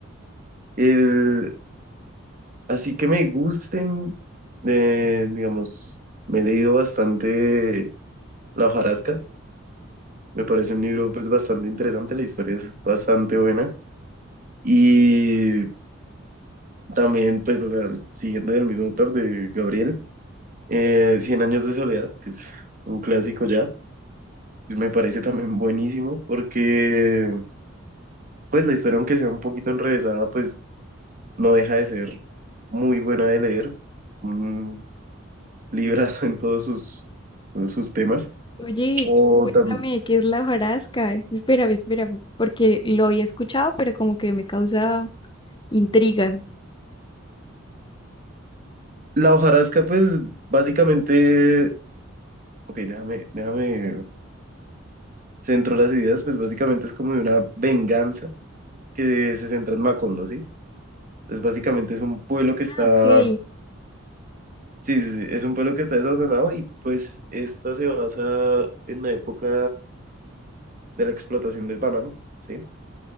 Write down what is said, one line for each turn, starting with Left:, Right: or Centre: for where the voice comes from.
Right: El, así que me gusten, eh, digamos, me he leído bastante La hojarasca Me parece un libro pues bastante interesante, la historia es bastante buena y también pues, o sea, siguiendo del mismo autor de Gabriel, eh, Cien años de soledad, que es un clásico ya, me parece también buenísimo porque pues la historia aunque sea un poquito enrevesada pues no deja de ser muy buena de leer, un librazo en todos sus, todos sus temas.
Left: Oye,
Right: O
Left: cuéntame
Right: tam-
Left: qué es la hojarasca. Espérame, espérame, porque lo había escuchado, pero como que me causa intriga.
Right: la hojarasca pues básicamente, ok, déjame, déjame centro las ideas, pues básicamente es como de una venganza que se centra en Macondo, ¿sí? Entonces básicamente es un pueblo que está,
Left: Ah, ok.
Right: sí, sí, sí, es un pueblo que está desordenado y pues esta se basa en la época de la explotación del banano, ¿sí?